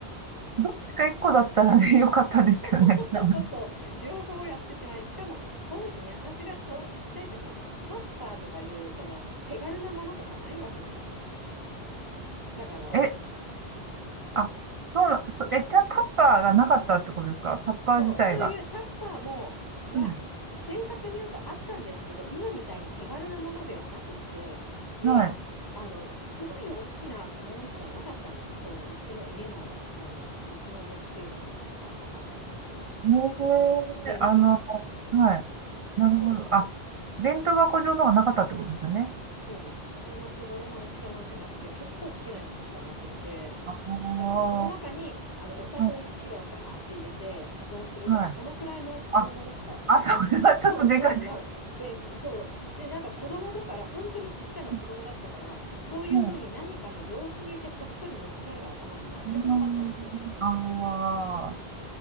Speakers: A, on the right (about 55°); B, on the left (about 25°).
A: どっちか一個だったらね、<laughs> よかったんですけどね。
B: <laughs>
A: <laughs> 多分
B: そう、両方やってしまい、しかも当時ね、私がそのちっちゃい時にタッパーとかいうその手軽なものとかないわけですよ。だから、
A: え、あ、そうな、そ、え、タ、タッパーがなかったってことですかタッパー自体が。
B: そう、そういうタッパーも、いや、
A: うん
B: 正確に言うとあったんですけど、今みたいに手軽なものではなくって、で、
A: はい。
B: あの、すごい大きなものしかなかったんです、当時。うちの家なの、なの、うちの家のせいなのかわかんないですけど。
A: ね
B: で、
A: えあの、
B: なんかそ、
A: はい。なるほど。
B: そう
A: あ、弁当箱状のがなかったってことですよね。
B: そうです。そんな手頃な大きさなんてなくて、結構大きなやつしかなくって、
A: ああ、
B: だからその中に、あの、お砂糖1キロザバーって入れて保存するとか、
A: はい。はい。
B: そのくらいの大きさのものしか
A: あ、あ、それはちょっとでかい。
B: そう、当時な、で、でそう。で、なんか子供だから、本当にちっちゃな子供だったから、
A: <laughs>
B: そういうふうに何かの容器に入れてこっそり持ち帰る頭も全くなかったんですよ。
A: もう、ああー、